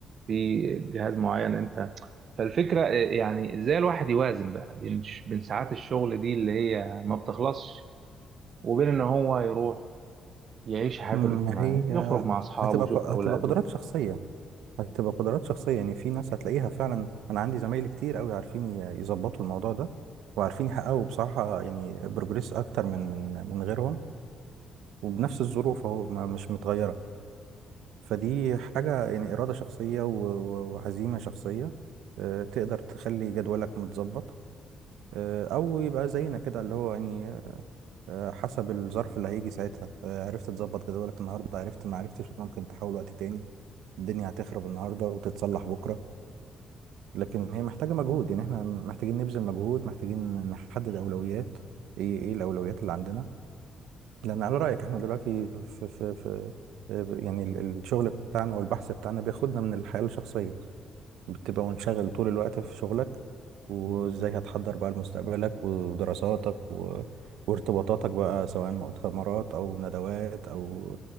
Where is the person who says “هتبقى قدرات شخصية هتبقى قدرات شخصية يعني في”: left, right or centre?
Right